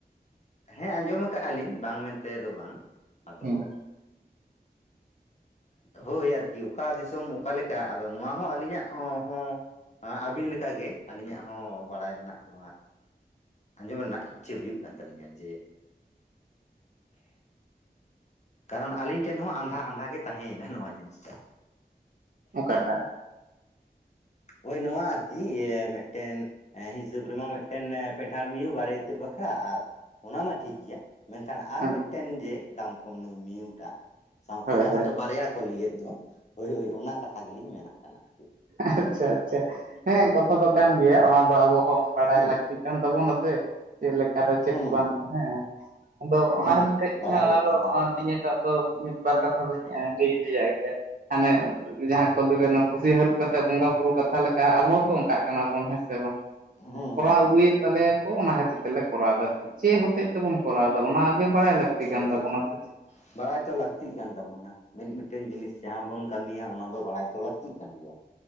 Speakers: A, on the left; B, on the right.
A: ᱦᱮᱸ ᱟᱸᱡᱚᱢᱟ ᱟᱠᱟᱜ ᱟᱞᱤᱧ ᱵᱟᱝ ᱢᱮᱱᱛᱮ ᱫᱚ ᱵᱟᱝ, ᱟᱫᱚ
B: ᱦᱮᱸ
A: ᱦᱳᱭ ᱟᱨᱠᱤ ᱚᱠᱟ ᱫᱤᱥᱚᱢ ᱚᱠᱟ ᱞᱮᱠᱟ ᱟᱫᱚ ᱱᱚᱣᱟ ᱦᱚᱸ ᱟᱹᱞᱤᱧᱟᱜ ᱦᱚᱸ ᱟᱹᱵᱤᱱ ᱞᱮᱠᱟ ᱜᱮ ᱟᱹᱞᱤᱧᱟᱜ ᱦᱚᱸ ᱵᱟᱲᱟᱭ ᱨᱮᱱᱟᱜ ᱱᱚᱣᱟ ᱟᱸᱡᱚᱢ ᱨᱮᱱᱟᱜ ᱤᱪᱪᱷᱟᱹ ᱦᱩᱭᱩᱜ ᱠᱟᱱ ᱛᱟᱹᱞᱤᱧᱟ ᱡᱮ ᱠᱟᱨᱚᱱ ᱟᱞᱤᱧ ᱴᱷᱮᱱ ᱦᱚᱸ ᱟᱸᱫᱷᱟ ᱟᱸᱫᱷᱟ ᱜᱮ ᱛᱟᱦᱮᱸᱭᱮᱱᱟ ᱱᱚᱣᱟ ᱡᱤᱱᱤᱥ ᱴᱟᱜ᱾
B: ᱚᱠᱟᱴᱟᱜ
A: ᱳᱭ ᱱᱚᱣᱟ ᱟᱨᱠᱤ ᱢᱤᱫᱴᱮᱱ ᱦᱤᱥᱟᱹᱵ ᱨᱮᱢᱟ ᱢᱤᱫᱴᱮᱱ ᱯᱮᱴᱷᱟᱲ ᱢᱤᱦᱩ ᱵᱟᱨᱮ ᱤᱛᱟᱹᱫ ᱵᱟᱠᱷᱨᱟ ᱟᱨ ᱚᱱᱟ ᱢᱟ ᱴᱷᱤᱠ ᱜᱮᱭᱟ᱾ ᱢᱮᱱᱠᱷᱟᱱ ᱟᱨ
B: ᱦᱮᱸ
A: ᱢᱤᱫᱴᱮᱱ ᱡᱮ ᱫᱟᱢᱠᱚᱢ ᱱᱩᱭ ᱢᱤᱦᱩᱴᱟᱜ ᱥᱟᱶᱛᱮ
B: ᱦᱳᱭ
A: ᱡᱟᱦᱟᱸ
B: ᱦᱳᱭ
A: ᱫᱚ ᱵᱟᱨᱭᱟ ᱠᱚ ᱞᱟᱹᱭᱮᱫ ᱫᱚ ᱦᱳᱭ ᱦᱳᱭ ᱚᱱᱟ ᱠᱟᱛᱷᱟ ᱜᱮᱞᱤᱧ ᱢᱮᱱ ᱟᱜ ᱠᱟᱱᱟ ᱟᱨᱠᱤ ᱾
B: ᱟᱪᱪᱷᱟ ᱟᱪᱪᱷᱟ ᱦᱮᱸ ᱠᱟᱛᱷᱟ ᱫᱚ
A: ᱦᱩᱸ
B: ᱠᱟᱱ ᱜᱮᱭᱟ ᱚᱱᱟ ᱫᱚ ᱟᱵᱚ ᱦᱚᱸ ᱵᱟᱲᱟᱭ
A: ᱦᱩᱸ
B: ᱞᱟᱹᱠᱛᱤ᱾ ᱪᱤᱜ ᱠᱟᱱ ᱛᱟᱵᱚᱱᱟ ᱥᱮ, ᱪᱮᱫ ᱞᱮᱠᱟ ᱨᱮ
A: ᱦᱩᱸ
B: ᱪᱮᱫ ᱵᱟᱝ ᱦᱮᱸ᱾ ᱟᱫᱚ
A: ᱦᱩᱸ
B: ᱚᱱᱟ ᱠᱷᱟᱛᱤᱨ ᱛᱮ ᱤᱧ
A: ᱵᱟᱲᱟᱭ
B: ᱦᱚ
A: ᱞᱟᱹᱠᱛᱤ
B: ᱟᱨᱚ,
A: ᱠᱟᱱ ᱛᱟᱵᱚᱱᱟ
B: ᱱᱤᱭᱟᱹ ᱴᱟᱜ ᱫᱚ᱾ ᱢᱤᱫ ᱵᱟᱨ ᱠᱟᱛᱷᱟ ᱫᱚᱧ ᱞᱟᱹᱭ ᱤᱫᱟᱜ ᱜᱮᱭᱟ, ᱦᱟᱱᱮ ᱡᱟᱦᱟᱸ ᱠᱚ ᱞᱟᱭ ᱫᱟ ᱚᱱᱮ ᱯᱩᱥᱤ ᱦᱟᱹᱨᱩᱵ᱾ ᱠᱟᱛᱮ ᱵᱚᱸᱜᱟ ᱵᱩᱨᱩ ᱠᱟᱛᱷᱟ ᱞᱮᱠᱟ, ᱟᱵᱚ ᱦᱚᱸ ᱛᱚ ᱚᱱᱠᱟᱜ ᱠᱟᱱᱟ ᱵᱚᱱ ᱦᱮᱸ ᱥᱮ ᱵᱟᱝ᱾
A: ᱦᱩᱸ
B: ᱠᱚᱨᱟᱣ
A: ᱦᱩᱸ
B: ᱟᱹᱜᱩᱭᱮᱫ
A: ᱦᱩᱸ
B: ᱛᱟᱞᱮᱭᱟᱠᱚ, ᱚᱱᱟ ᱠᱷᱟᱹᱛᱤᱨ ᱛᱮᱞᱮ ᱠᱚᱨᱟᱣ ᱫᱟ ᱡᱮ ᱦᱩᱛᱩ᱾ ᱦᱚᱛᱮᱡ ᱛᱮᱵᱚᱱ
A: ᱦᱩᱸ
B: ᱠᱚᱨᱟᱣ ᱫᱟ,
A: ᱦᱩᱸ
B: ᱚᱱᱟ ᱟᱹᱜᱮ ᱵᱟᱲᱟᱭ ᱞᱟᱹᱠᱛᱤ᱾
A: ᱪᱮᱫ
B: ᱠᱟᱱ
A: ᱦᱚᱛᱮᱡ
B: ᱛᱟᱵᱚᱱᱟ
A: ᱛᱮᱵᱚᱱ,
B: ᱥᱮ ᱪᱮᱫ
A: ᱵᱟᱲᱟᱭ ᱛᱚ ᱞᱟᱹᱠᱛᱤᱜ ᱠᱟᱱ ᱛᱟᱵᱚᱱᱟ, ᱢᱤᱫ ᱢᱤᱫᱴᱮᱱ ᱡᱤᱱᱤᱥ᱾ ᱡᱟᱦᱟᱸ ᱵᱚᱱ ᱠᱟᱹᱢᱤᱭᱟ ᱚᱱᱟ ᱫᱚ, ᱵᱟᱲᱟᱭ ᱛᱚ ᱞᱟᱹᱠᱛᱤᱜ ᱠᱟᱱ ᱜᱮᱭᱟ ᱾